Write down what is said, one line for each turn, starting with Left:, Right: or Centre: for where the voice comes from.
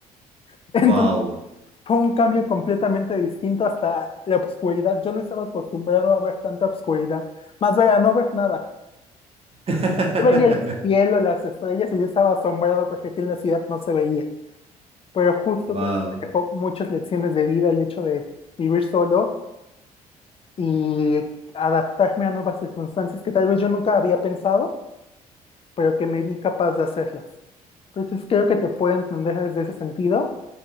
Left: <laughs> Entonces,
Right: Wow.
Left: fue un cambio completamente distinto hasta la obscuridad. Yo no estaba acostumbrado a ver tanta obscuridad. Más bien, a no ver nada.
Right: <laughs>
Left: Yo veía el cielo, las estrellas y yo estaba asombrado porque aquí en la ciudad no se veía. Pero justo
Right: Wow.
Left: creo que me dejó muchas lecciones de vida el hecho de vivir solo y adaptarme a nuevas circunstancias que tal vez yo nunca había pensado pero que me vi capaz de hacerlas. Entonces creo que te puedo entender desde ese sentido.